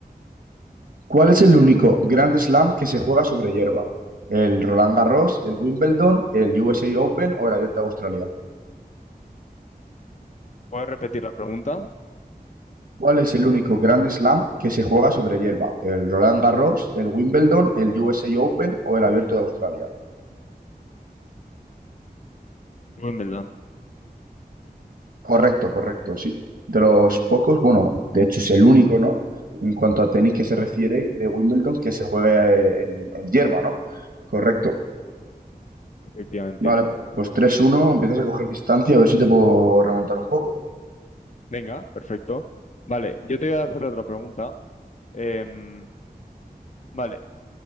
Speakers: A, on the right; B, on the left.
A: ¿Cuál es el único Grand Slam que se juega sobre hierba? ¿El Roland Garros, el Wimbledon, el USA Open o el Abierto de Australia?
B: ¿Puedes repetir la pregunta?
A: ¿Cuál es el único Grand Slam que se juega sobre hierba? ¿El Roland Garros, el Wimbledon, el USA Open o el Abierto de Australia?
B: Wimbledon,
A: Correcto, correcto, sí. De los pocos, bueno, de hecho es el único, ¿no? En cuanto a tenis que se refiere de Wimbledon, que se juega eh, en, en hierba, ¿no? Correcto.
B: efectivamente.
A: Vale, pu- pues tres uno, empiezas a coger distancia, a ver si te puedo remontar un poco.
B: Venga, perfecto. Vale, yo te voy a hacer otra pregunta. Em, vale.